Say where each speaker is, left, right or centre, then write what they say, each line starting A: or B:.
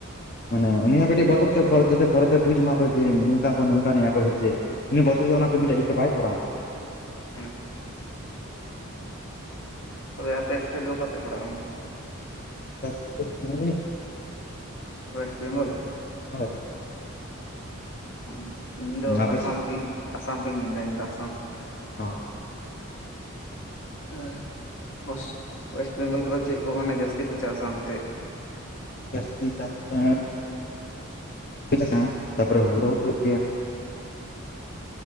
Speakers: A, on the left (about 40°); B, on the left (about 65°).
A: ᱢᱟᱱᱮ ᱩᱱᱤ ᱦᱚᱸ ᱠᱟᱹᱴᱤᱡ ᱵᱚᱛᱚᱨ ᱛᱮ ᱡᱟᱛᱮ ᱯᱚᱨᱮᱛᱮ ᱵᱩᱡᱽ ᱢᱟ ᱚᱠᱚᱭ ᱡᱮ ᱱᱚᱝᱠᱟ ᱱᱚᱝᱠᱟ ᱢᱮᱭᱟ ᱠᱚ ᱥᱮ ᱪᱮᱫ ᱩᱱᱤ ᱵᱚᱛᱚᱨ ᱫᱚ ᱚᱱᱟ ᱠᱟᱹᱢᱤᱴᱟᱜ ᱡᱚᱛᱚ ᱵᱟᱭ ᱠᱚᱨᱟᱣᱢᱟ᱾
B: ᱦᱩᱸ ᱦᱩᱸ ᱛᱚᱵᱮ ᱟᱯᱮ ᱮᱥᱴᱮᱴ ᱫᱚ ᱚᱠᱟ ᱥᱮᱫ ᱯᱟᱲᱟᱜ ᱠᱟᱱᱟ᱾
A: <unintelligible>
B: ᱳᱭᱮᱥᱴ ᱵᱮᱝᱜᱚᱞ᱾
A: ᱦᱳᱭ ᱦᱳᱭ
B: ᱚᱸ ᱤᱧ ᱫᱚ
A: ᱟᱯᱮ
B: ᱟᱥᱟᱢ
A: ᱥᱮᱫ
B: ᱠᱷᱚᱱᱤᱧ ᱟᱥᱟᱢ ᱠᱷᱚᱱᱤᱧ ᱢᱮᱱᱫᱟ ᱤᱧ ᱫᱚ ᱟᱥᱟᱢ
A: ᱚ <inaudible>
B: ᱟᱨ ᱳᱭᱮᱥ ᱳᱭᱮᱥᱴ ᱵᱮᱝᱜᱚᱞ ᱨᱮᱫᱚ ᱪᱮᱫ ᱠᱚ ᱢᱟᱱᱮ ᱡᱟᱹᱥᱛᱤ ᱠᱚ ᱪᱟᱥᱟ ᱚᱱᱛᱮ?
A: ᱡᱟᱹᱥᱛᱤ ᱪᱟᱥ <unintelligible> <unintelligible> ᱛᱟᱯᱚᱨᱮ ᱦᱩᱲᱩ ᱦᱚᱸ ᱦᱩᱭᱩᱜ ᱜᱮᱭᱟ ᱾